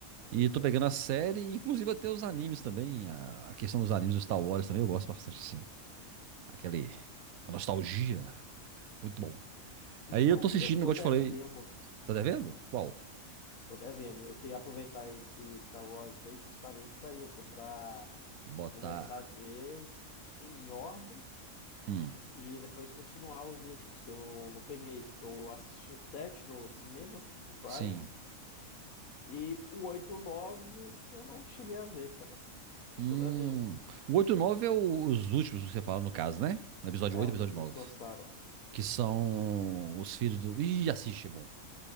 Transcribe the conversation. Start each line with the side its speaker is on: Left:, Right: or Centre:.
Left: Pois
Right: E tô
Left: é.
Right: pegando a série, inclusive até os animes também. A, a questão dos animes do Star Wars também eu gosto bastante, assim. Aquele. A nostalgia. Muito bom.
Left: Então,
Right: Aí eu tô assistindo,
Left: eu tô
Right: igual
Left: devendo.
Right: eu te falei, Tá devendo? Qual?
Left: Tô devendo. Eu queria aproveitar esse Star Wars Day justamente para isso, para
Right: Botar.
Left: começar a ver em ordem
Right: Hum,
Left: e depois continuar os últimos, que eu não, não peguei. Eu assisti o 7 no cinema, com o Brian,
Right: sim.
Left: e o 8 e o 9 eu não cheguei a ver, cara. Eu
Right: Hum.
Left: tô devendo.
Right: O oito e o 9 é o- os últimos que você fala, no caso, né? O episódio
Left: É,
Right: 8
Left: os
Right: e o episódio
Left: últimos
Right: nove
Left: que lançaram.
Right: Que são os filhos do. Ih, assiste, é bom.